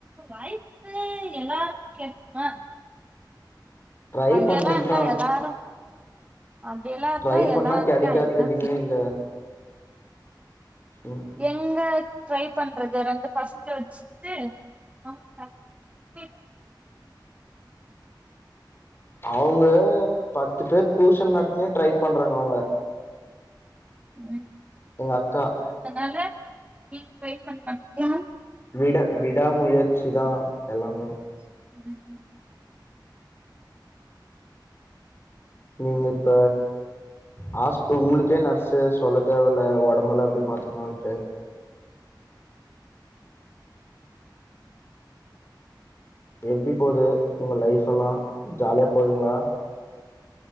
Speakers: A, on the right; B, on the left.
A: வாய்ப்பு எல்லாருக்கு கெடைக்குமா
B: ட்ரை
A: அப்டியெல்லா
B: பண்றதுதா
A: இருந்தா எல்லாரு அப்டியெல்லா இருந்தா
B: ட்ரை பண்ணா
A: எல்லாருமே
B: கெடைக்காது
A: ஆயிட்லாம்
B: எதுவுமே இல்ல ம்
A: எங்க ட்ரை பண்றது ரெண்டு பசங்கல வெச்சுகிட்டு <inaudible>
B: அவுங்க பத்து பேர் டூஷன் நடத்தியே ட்ரை பண்றாங்க அவுங்க
A: <inaudible>
B: எங்க அக்கா
A: அதனால நீங்க ட்ரை பண்ண மாட்டீங்ளா
B: விட விடா முயற்சி தா எல்லாமே
A: <unintelligible>
B: நீங்க இப்ப ஹாஸ்ப உங்களுக்கே நர்ஸு சொல்ல தேவ இல்ல ஒடம்பல்லா எப்டி பாத்துக்கணுன்ட்டு எப்டி போது உங்க லைஃப்பெல்லா ஜாலியா போகுதுங்ளா